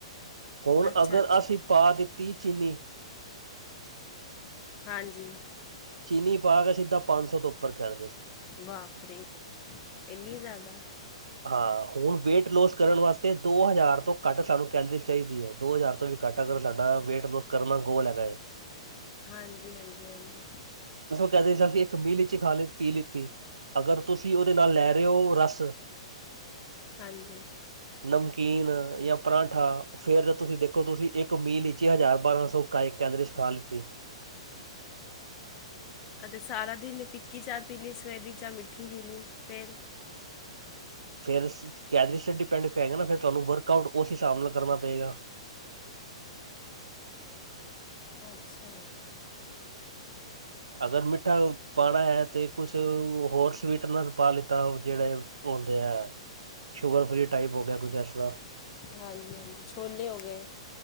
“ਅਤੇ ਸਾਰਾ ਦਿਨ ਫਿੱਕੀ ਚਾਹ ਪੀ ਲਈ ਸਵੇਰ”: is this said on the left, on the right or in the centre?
Left